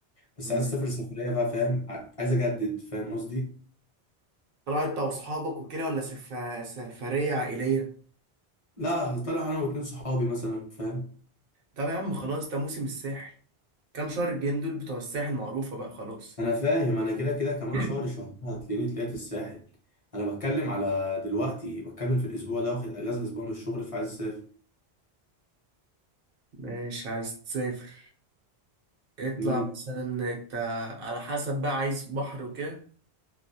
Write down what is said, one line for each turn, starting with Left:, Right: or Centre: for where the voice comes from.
Left: بس
Right: مم.
Left: عايز اسافر سفريه بقى فاهم ع- عايز اجدد فاهم قصدي
Right: طلعت انت واصحابك وكده ولا سف... سفرية عائلية
Left: لا طلع انا واتنين صحابي مثلا فاهم
Right: طب يا عم خلاص ده موسم الساحل كام شهر الجايين دول بتوع الساحل معروفة بقى خلاص
Left: انا فاهم انا كده كده كمان
Right: <coughs>
Left: شهر شهرين هتلاقيني طلعت الساحل انا بتكلم على دلوقتي بتكلم في الاسبوع ده واخد اجازه اسبوع من الشغل فعايز اسافر
Right: <clears throat> ماشي عايز تسافر اطلع
Left: امم
Right: مثلا انت على حسب بقى عايز بحر وكده